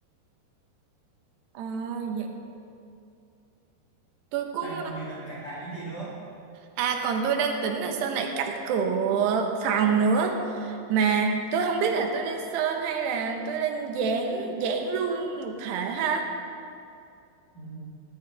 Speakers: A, on the right (about 85°); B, on the left (about 40°).
A: Ờ, vậy tôi cũng
B: Bạn còn dự định cải tạo những gì nữa?
A: À còn tôi đang tính là sơn lại cánh cửa phòng nữa Mà tôi không biết là tôi nên sơn hay là tôi nên dán dán luôn một thể ha
B: Ừ.